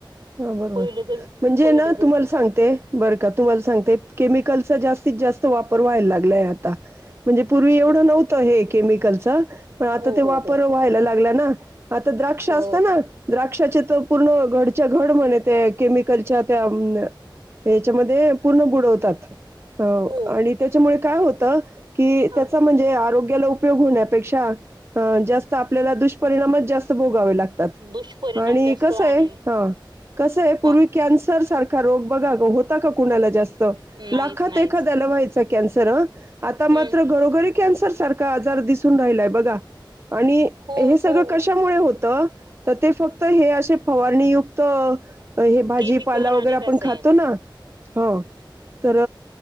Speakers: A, on the right; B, on the right.
A: हा बरोबर,
B: पहिलं ज
A: म्हणजे
B: पहिलं
A: ना
B: ज
A: तुम्हाला सांगते बरं का तुम्हाला सांगते केमिकलचा जास्तीत जास्त वापर व्हायला लागलाय आता म्हणजे पूर्वी एवढं नव्ह होत हे केमिकलच पण आता
B: हो
A: ते वापर
B: हो हो
A: व्हायला लागला ना आता द्राक्ष
B: हो
A: असत ना द्राक्षाचे तर पूर्ण घड च्या घड म्हणे ते केमिकलच्या त्या याच्यामध्ये पूर्ण बुडवतात. हाव
B: हो
A: आणि त्याच्यामुळे काय होत की
B: हा
A: त्याचा म्हणजे आरोग्याला उपयोग होण्या पेक्षा अह जास्त आपल्या दुषपिणामच जास्त त भोगावे लागतात
B: दुष्परिणाम
A: आणि
B: जास्त
A: कसं
B: आणि
A: आहे कस आहे
B: हा
A: पूर्वी कॅन्सर सारखा रोग बघा होता का कुणाला जास्त त
B: नाहीच
A: लाखात
B: नाहीच
A: एखाद्याला व्हायचा कॅन्सर हा, आता मात्र
B: हम्म
A: घरोघरी कॅन्सर सारखा आजार दिसून राहिलाय बघा आणि
B: हो
A: हे सगळं
B: हो
A: कश्या कशामुळे होत तर ते फक्त हे असे फवारणीयुक्त हे भाजी
B: केमिकल
A: पाला वगैरे
B: आणि
A: आपण
B: रसायन
A: खातो ना. हो. तर